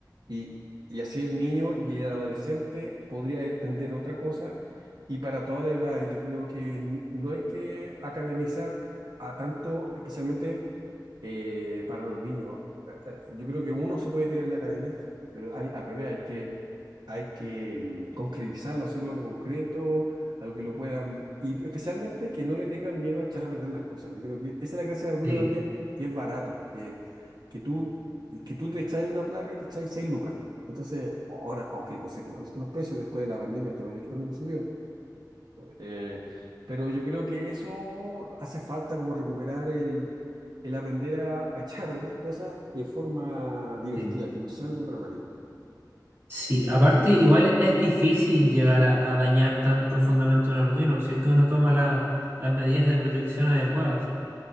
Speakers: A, on the right; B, on the right.
A: Y, y así el niño y el adolescente podría entender otra cosa. Y para toda la edad, yo creo que n- no hay que academizar a tanto, especialmente eh, para los niños. Eh, eh, Yo creo que uno se puede tirar en la academia, pero al, al revés, hay que, hay que mm, concretizarlo, hacer algo concreto, algo que lo puedan, y especialmente que no le tengan miedo a echar a perder las cosas. Yo creo que esa es la gracia de Arduino
B: sí,
A: también, que es barato, que, que tú, que tú te echáis una placa y te echáis seis lucas. Entonces, ahora, aunque no sé cuántos son los precios después de la pandemia, todo el electrónico subió, eh, pero yo creo que eso hace falta como recuperar el, el aprender a, a echar a perder cosas de forma divertida,
B: sí.
A: que no sea algo dramático.
B: Sí, aparte igual es difícil llegar a, a dañar tan profundamente un Arduino si es que uno toma la- las medidas de protección adecuadas.